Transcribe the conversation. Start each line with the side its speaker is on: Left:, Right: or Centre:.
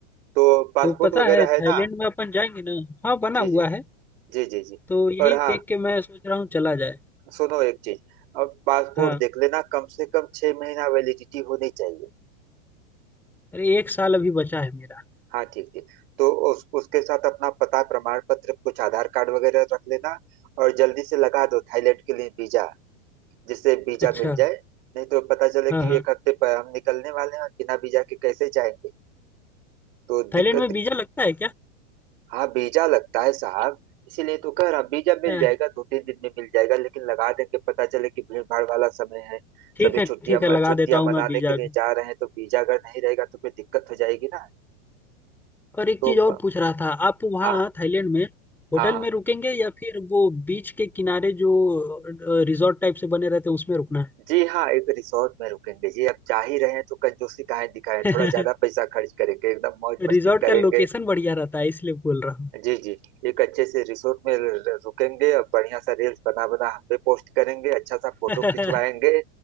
Right: तो पासपोर्ट
Centre: तो पता
Right: वगैरह
Centre: है थाईलैंड
Right: है ना
Centre: में अपन जाएंगे ना हाँ बना
Right: जी
Centre: हुआ
Right: जी
Centre: है
Right: जी जी जी
Centre: तो यही
Right: और हाँ
Centre: देख के मैं सोच रहा हूँ चला जाए
Right: सुनो एक चीज अब पासपोर्ट
Centre: हाँ
Right: देख लेना कम से कम छह महीना वैलिडिटी होनी चाहिए
Centre: अरे एक साल अभी बचा है मेरा
Right: हाँ ठीक ठीक तो उस उसके साथ अपना पता प्रमाण पत्र कुछ आधार कार्ड वगैरह रख लेना और जल्दी से लगा दो थाईलैंड के लिए वीजा जिससे वीजा
Centre: अच्छा
Right: मिल जाए नहीं तो पता चले
Centre: हाँ
Right: कि
Centre: हाँ
Right: एक हफ्ते पर हम निकलने वाले हैं और बिना वीजा के कैसे जाएंगे तो दिक्कत
Centre: थाईलैंड में वीजा लगता है क्या
Right: हाँ वीजा लगता है साहब इसीलिए तो कह रहा हूँ, वीजा मिल
Centre: हाँ,
Right: जाएगा दो तीन दिन में मिल जाएगा लेकिन लगा देंगे पता चले कि भीड़ भाड़ वाला समय है
Centre: ठीक
Right: सभी
Centre: है
Right: छुट्टियां
Centre: ठीक
Right: म-
Centre: है लगा
Right: छुट्टियां
Centre: देता हूँ
Right: मनाने
Centre: मैं वीजा
Right: के लिए
Centre: भी
Right: जा रहे हैं तो वीजा अगर नहीं रहेगा तो फिर दिक्कत हो जाएगी ना
Centre: और एक
Right: तो
Centre: चीज और
Right: प-
Centre: पूछ रहा था आप वहाँ
Right: हाँ
Centre: थाईलैंड में होटल
Right: हाँ हाँ
Centre: में रुकेंगे या फिर वो बीच के किनारे जो रिजॉर्ट टाइप से बने रहते हैं उसमें रुकना
Right: जी हाँ एक रिसोर्ट में रुकेंगे जी अब जा ही रहे हैं तो कंजूसी काहे दिखाएं
Centre: है
Right: थोड़ा ज्यादा पैसा खर्च करेंगे एकदम
Centre: <laughs>
Right: मौज मस्ती
Centre: रिजॉर्ट
Right: करेंगे
Centre: का लोकेशन बढ़िया रहता है इसलिए बोल रहा हूँ
Right: जी जी एक अच्छे से रिसोर्ट में र- रुकेंगे और बढ़िया सा रील्स बना बना हम पे पोस्ट करेंगे अच्छा सा फोटो
Centre: <laughs>
Right: खिंचवाएंगे